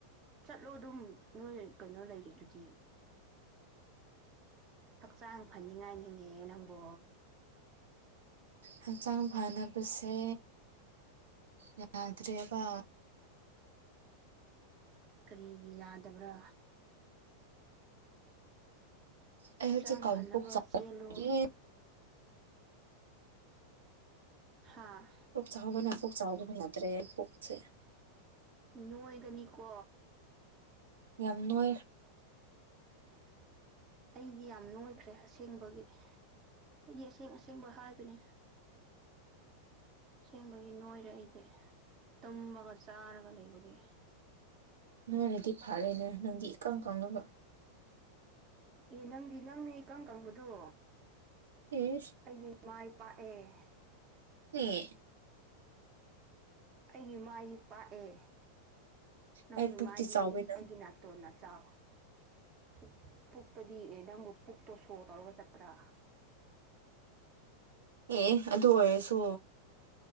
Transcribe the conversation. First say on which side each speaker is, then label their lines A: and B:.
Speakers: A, on the right; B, on the right.
A: ꯆꯠꯂꯣ ꯑꯗꯨꯝ ꯅꯣꯏ ꯀꯩꯅꯣ ꯂꯩꯔꯤꯗꯨꯗꯤ ꯍꯛꯆꯥꯡ ꯐꯅꯤꯡꯉꯥꯏꯅꯤꯅꯦ ꯅꯪꯕꯣ
B: ꯍꯛꯆꯥꯡ ꯐꯅꯕꯁꯦ ꯌꯥꯗ꯭ꯔꯦꯕ
A: ꯀꯔꯤꯒꯤ ꯌꯥꯗꯕ꯭ꯔꯥ
B: ꯑꯩ
A: ꯍꯛꯆꯥꯡ
B: ꯍꯧꯖꯤꯛꯀꯥꯟ
A: ꯐꯅꯕ
B: ꯄꯨꯛ
A: ꯆꯦꯜꯂꯨ
B: ꯆꯥꯎꯔꯦ
A: ꯍꯥꯥ
B: ꯄꯨꯛ ꯆꯥꯎꯕꯅꯦ ꯄꯨꯛ ꯆꯥꯎꯕꯅ ꯌꯥꯗ꯭ꯔꯦ ꯄꯨꯛꯁꯦ
A: ꯅꯣꯏꯒꯅꯤꯀꯣ
B: ꯌꯥꯝ ꯅꯣꯏ
A: <unintelligible> ꯑꯩꯗꯤ ꯌꯥꯝ ꯅꯣꯏꯈ꯭ꯔꯦ ꯑꯁꯦꯡꯕꯒꯤ ꯍꯣꯢꯗꯤ ꯑꯁꯦꯡ ꯑꯁꯦꯡꯕ ꯍꯥꯏꯕꯅꯤ ꯁꯦꯡꯕꯒꯤ ꯅꯣꯏꯔꯦ ꯑꯩꯗꯤ ꯇꯨꯝꯃꯒ ꯆꯥꯔꯒ ꯂꯩꯕꯒꯤ
B: ꯅꯣꯏꯔꯗꯤ ꯐꯔꯦꯅꯦ ꯅꯪꯗꯤ ꯏꯀꯪ ꯀꯪꯉꯒ
A: ꯑꯦ ꯅꯪꯗꯤ ꯅꯪꯅꯦ ꯏꯀꯪ ꯀꯪꯕꯗꯨ
B: ꯏꯁ
A: ꯑꯩꯗꯤ ꯃꯥꯏ ꯄꯥꯛꯑꯦ
B: <unintelligible>
A: ꯑꯩꯗꯤ ꯃꯥꯏꯗꯤ ꯄꯥꯛꯑꯦ ꯅꯪꯒꯤ
B: ꯑꯩ ꯄꯨꯛꯇꯤ
A: ꯃꯥꯏꯗꯤ
B: ꯆꯥꯎꯋꯤꯅ
A: ꯑꯩꯒꯤ ꯅꯥꯇꯣꯟꯅ ꯆꯥꯎ ꯄꯨꯛ ꯄꯨꯛꯇꯗꯤ ꯑꯦ ꯅꯪꯕꯨ ꯄꯨꯛꯇꯣ ꯁꯣ ꯇꯧꯔꯒ ꯆꯠꯄ꯭ꯔ
B: ꯑꯦ ꯑꯗꯨ ꯑꯣꯏꯔꯁꯨ